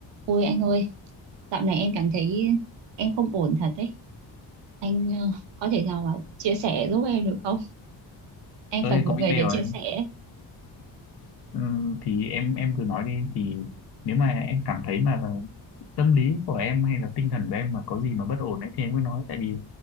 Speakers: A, on the right (about 65°); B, on the left (about 55°).
A: Ôi anh ơi, dạo này em cảm thấy em không ổn thật đấy. Anh ờ, có thể nào mà chia sẻ giúp em được không? Em
B: ơi
A: cần một
B: có
A: người
B: email
A: để
B: rồi
A: chia
B: anh
A: sẻ.
B: Ừm, thì em em cứ nói đi thì nếu mà em cảm thấy mà tâm lý của em hay là tinh thần của em mà có gì mà bất ổn ấy thì em cứ nói tại vì